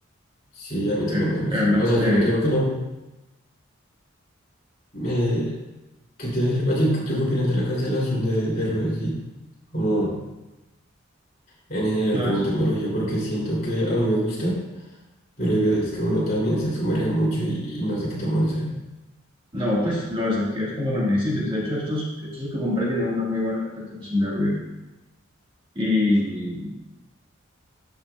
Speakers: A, on the left; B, on the right.
A: sí,
B: Eh,
A: a mí también me gustan.
B: Air Max
A: O sea,
B: Nike,
A: yo no te digo que no. Eh, ¿qué te iba a decir? Oye, ¿tú qué opinas de la cancelación de, de ruidos y como en general
B: no
A: como
B: es,
A: tecnología? Porque siento que a mí me gusta, pero hay veces que uno también se sumerge mucho y, y no sé qué tan bueno sea.
B: no, pues lo desactivas cuando lo necesites. De hecho, estos, estos que compré tienen una muy buena cancelación de ruido. Y,